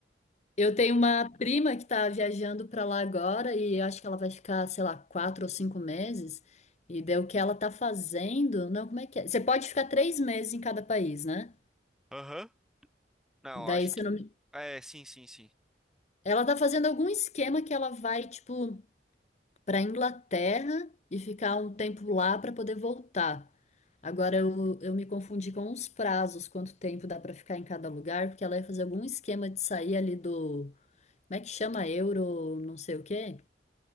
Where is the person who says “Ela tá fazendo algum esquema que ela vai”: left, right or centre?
Left